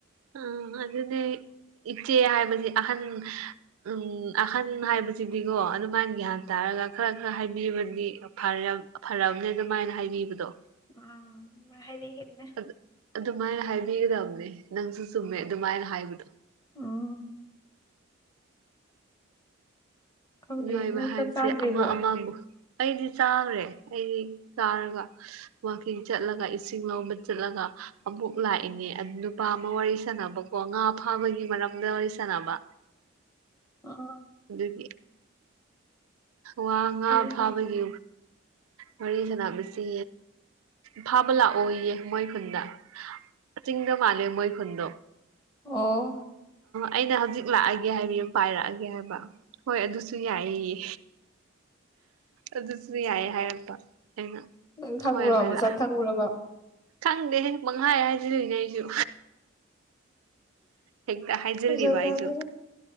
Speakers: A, on the right; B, on the left.
A: ꯎꯝ ꯑꯗꯨꯗꯤ ꯏꯆꯦ ꯍꯥꯏꯕꯁꯤ ꯑꯍꯟ ꯎꯝ ꯑꯍꯟ ꯍꯥꯏꯕꯁꯤꯗꯤꯀꯣ ꯑꯗꯨꯃꯥꯏꯅ ꯒ꯭ꯌꯥꯟ ꯇꯥꯔꯒ ꯈꯔ ꯈꯔ ꯍꯥꯏꯕꯤꯕꯗꯤ ꯐꯥꯔꯝ ꯐꯥꯔꯑꯕꯅꯦ ꯑꯗꯨꯃꯥꯏꯅ ꯍꯥꯏꯕꯤꯕꯗꯣ
B: ꯑꯡ ꯑꯗꯨꯃꯥꯏꯟ ꯍꯥꯏꯕꯤꯒꯤꯝꯅꯦ
A: ꯑꯗꯨ ꯑꯗꯨꯃꯥꯏꯅ ꯍꯥꯏꯕꯤꯒꯗꯕꯅꯦ ꯅꯪꯁꯨ ꯆꯨꯝꯃꯦ ꯑꯗꯨꯃꯥꯏꯅ ꯍꯥꯏꯕꯗꯣ
B: ꯎꯝ ꯈꯪꯗ꯭ꯔꯦ
A: ꯃꯤꯑꯣꯏꯕ
B: ꯅꯪ
A: ꯍꯥꯏꯕꯁꯦ
B: ꯆꯥꯛ ꯆꯥꯗ꯭ꯔꯤꯕꯣ
A: ꯑꯃ ꯑꯃꯃꯨꯛ ꯑꯩꯗꯤ ꯆꯥꯈ꯭ꯔꯦ ꯑꯩꯗꯤ ꯆꯥꯔꯒ ꯋꯥꯛꯀꯤꯡ ꯆꯠꯂꯒ ꯏꯁꯤꯡ ꯂꯧꯕ ꯆꯠꯂꯒ ꯑꯃꯨꯛ ꯂꯥꯛꯏꯅꯦ ꯑꯗꯨ ꯅꯨꯄꯥ ꯑꯃ ꯋꯥꯔꯤ ꯁꯥꯟꯅꯕ ꯀꯣ ꯉꯥ ꯐꯥꯕꯒꯤ ꯃꯔꯝꯗ ꯋꯥꯔꯤ ꯁꯥꯟꯅꯕ
B: ꯑꯥ
A: ꯑꯗꯨꯒꯤ ꯋꯥ ꯉꯥ
B: ꯐꯩ
A: ꯐꯥꯕꯒꯤ
B: ꯐꯩ
A: ꯋꯥꯔꯤ ꯁꯥꯟꯅꯕꯁꯤ ꯐꯥꯕꯥ ꯂꯥꯛꯑꯣꯌꯦ ꯃꯣꯏ ꯈꯨꯟꯗ ꯆꯤꯡꯗ ꯃꯥꯜꯂꯦ ꯃꯣꯏ ꯈꯨꯟꯗꯣ
B: ꯑꯣ
A: ꯑꯩꯅ ꯍꯧꯖꯤꯛ ꯂꯥꯛꯑꯒꯦ ꯍꯥꯏꯕꯤꯌꯨ ꯄꯥꯏꯔꯛꯑꯒꯦ ꯍꯥꯏꯕ ꯍꯣꯏ ꯑꯗꯨꯁꯨ ꯌꯥꯏꯌꯦ ꯑꯗꯨꯁꯨ ꯌꯥꯏ ꯍꯥꯏꯔꯛꯄ ꯑꯩꯅ
B: ꯅꯪ ꯈꯪꯕ꯭ꯔꯣ
A: ꯍꯣꯏ ꯍꯣꯏ
B: ꯃꯁꯛ
A: ꯂꯥꯛ
B: ꯈꯪꯕ꯭ꯔꯥꯕꯥ
A: ꯈꯪꯗꯦꯍꯦ ꯄꯪꯍꯥꯏ ꯍꯥꯏꯖꯤꯟꯂꯤꯅꯦ ꯑꯩꯁꯨ ꯍꯦꯛꯇ ꯍꯥꯏꯖꯤꯜꯂꯤꯕ
B: ꯐꯖꯖꯥꯠꯅꯤ
A: ꯑꯩꯁꯨ